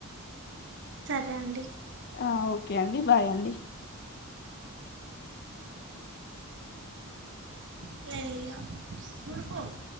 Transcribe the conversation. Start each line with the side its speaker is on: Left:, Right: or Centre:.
Right: సరే అండి
Left: ఆ ఓకే అండి బాయ్ అండి
Right: బాయ్ <inaudible>